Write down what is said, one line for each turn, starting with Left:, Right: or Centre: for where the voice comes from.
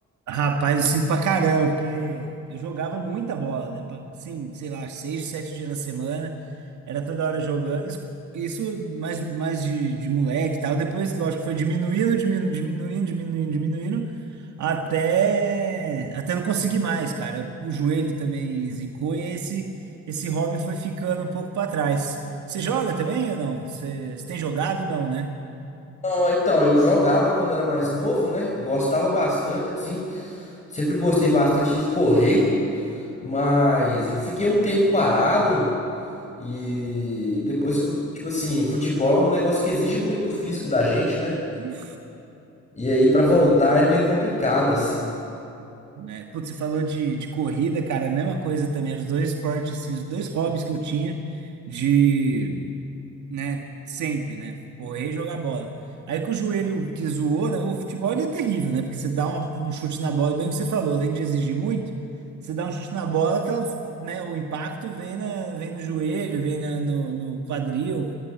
Right: Rapaz, eu sinto pra caramba, porque eu jogava muita bola, né? Pra- Sim, sei lá, seis, sete dias na semana, era toda hora jogando. Isso isso mais, mais de, de moleque e tal. Depois, lógico, foi diminuindo, diminuindo, diminuindo, diminuindo, diminuindo, até, até não conseguir mais, cara. O joelho também zicou e esse, esse hobby foi ficando um pouco pra trás. Você joga também ou não? Você, você tem jogado? Não, né?
Left: Não, então, eu jogava quando era mais novo, né? Gostava bastante, assim. Sempre gostei bastante de correr, mas eu fiquei um tempo parado e depois, tipo assim, futebol é um negócio que exige muito do físico da gente, né?
Right: Uhum.
Left: E aí, pra voltar é meio complicado, assim.
Right: né? Putz, você falou de, de corrida, cara, a mesma coisa também, eram os dois esportes, assim, os dois hobbies que eu tinha de, né, sempre, né, correr e jogar bola. Aí que o joelho que zoou, né, o futebol ele é terrível, né, porque você dá uma- um chute na bola, bem o que você falou, além de exigir muito, você dá um chute na bola, que ela, né, o impacto vem, na, vem no joelho, vem na- no, no quadril,